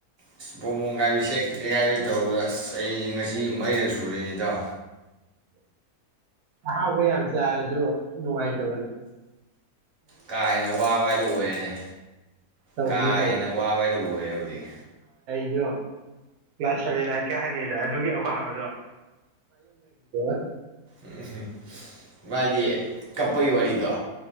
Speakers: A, on the right; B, on the right.
A: ꯑꯁ ꯄꯕꯣꯝꯕꯣꯝ ꯀꯥꯏꯕꯩ ꯆꯦꯛ ꯆꯦꯒꯥꯏꯕꯩ ꯇꯧꯕꯗ ꯑꯁ ꯑꯩꯁꯦ ꯉꯁꯤ ꯃꯔꯤꯔꯛ ꯁꯨꯔꯦꯅꯤꯗꯣ
B: ꯍꯥꯎꯩ ꯑ ꯆꯔꯦꯖꯑꯣ ꯅꯨꯡꯉꯥꯏ ꯇ
A: ꯀꯥ ꯍꯦꯟꯅ ꯋꯥꯕ ꯍꯥꯏꯗꯨ ꯑꯣꯏꯔꯦꯅꯦ
B: ꯇꯧꯕꯅꯦ
A: ꯀꯥ
B: ꯇꯧꯕꯅꯦ
A: ꯍꯦꯟꯅ ꯋꯥꯕ ꯍꯥꯏꯗꯨ ꯑꯣꯏꯔꯦ ꯍꯧꯖꯤꯛ
B: ꯑ ꯀ꯭ꯂꯥꯁ ꯁꯚꯦꯟ ꯑꯥꯏꯠ ꯀ ꯍꯪꯉꯤꯗ ꯑꯗꯨꯒꯤ ꯑꯋꯥꯕꯗꯣꯌꯣꯛ <unintelligible>
A: ꯎꯝꯍꯨ ꯏꯁ ꯃꯥꯒꯤ ꯀꯞꯄꯩ ꯋꯥꯔꯤꯗꯣ